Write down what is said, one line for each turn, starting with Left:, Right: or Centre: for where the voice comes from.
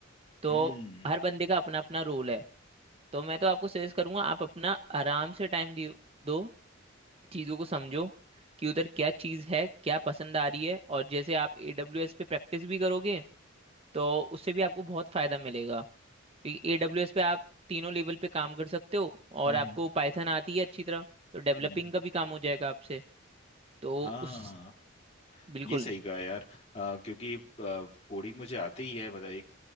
Right: तो
Left: हम्म
Right: हर बंदे का अपना अपना रोल है तो मैं तो आपको सजेस्ट करूंगा आप अपना आराम से टाइम दियो दो चीज़ों को समझो कि उधर क्या चीज़ है क्या पसंद आ रही है और जैसे आप AWS पे प्रैक्टिस भी करोगे तो उससे भी आपको बहुत फायदा मिलेगा एडब्ल्यूएस पे आप तीनों लेवल पे काम कर सकते हो और
Left: हम्म
Right: आपको
Left: हम्म,
Right: पाइथन आती है अच्छी तरह तो डेवलपिंग
Left: हम्म,
Right: का भी काम हो जाएगा आपसे तो
Left: हाँ
Right: उस बिल्कुल
Left: ये सही कहा यार अ, क्योंकि कोडिंग मुझे आती ही है मतलब एक